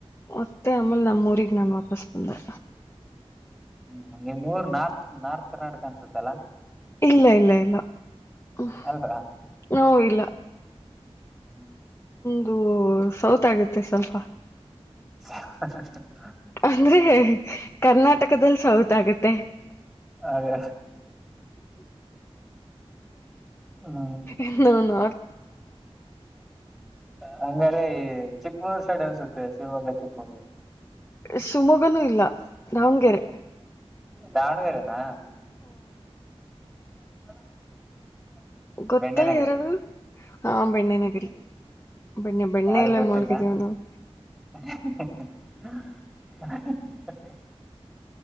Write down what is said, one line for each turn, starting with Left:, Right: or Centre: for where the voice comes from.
Left: ಮತ್ತೆ ಆಮೇಲೆ ನಮ್ಮ ಊಗ್ ನಾನ್ ವಾಪಸ್ ಬಂದೆ
Centre: ಹ್ಮ್ ನಿಮ್ ಊರ್ ನಾರ್ತ್ ನಾರ್ತ್ ಕರ್ನಾಟಕ ಅನ್ಸತ್ತ ಅಲ್ಲ
Left: ಇಲ್ಲ ಇಲ್ಲ ಇಲ್ಲ ಹ
Centre: ಅಲ್ವಾ
Left: ಇಲ್ಲ
Centre: ಹ್ಮ್
Left: ಅದು ಸೌತ್ ಆಗುತ್ತೆ ಸ್ವಲ್ಪ
Centre: <unintelligible>
Left: ಅಂದ್ರೆ ಕರ್ನಾಟಕದಲ್ಲಿ ಸೌತ್ ಆಗತ್ತೆ
Centre: ಅದೇ ಹ್ಮ್
Left: ಎನ್ನ ನ
Centre: ಹಂಗಾರೆ ಚಿಕ್ಕಮೂರು ಡೆ ಅನ್ಸುತ್ತೆ ಶಿವಾಗ ಚಿಕ್ಕಕೊಂಡ
Left: ಶಿವಮೊಗ್ಗನೂ ಇಲ್ಲ ದಾವಣ್ಗೆರೆ
Centre: ದಾವಣಗೆರೆನಾ <unintelligible>
Left: ಗೊತ್ತಾ
Centre: ಬೆಣ್ಣೆ ನಗರಿ
Left: ಯಾರಾದೂ ಹಾ ಬೆಣ್ಣೆ ನಗರಿ
Centre: ಇಲ್ಲಿ
Left: ಬೆಣ್ಣೆ ಬೆಣ್ಣೆ
Centre: ಯಾರು
Left: ಎಲ್ಲ
Centre: ಗೊತ್ತಿಲ್ಲ
Left: ಮೊಳ್ಗಿದ್ದೇವ ನಾವು
Centre: <unintelligible>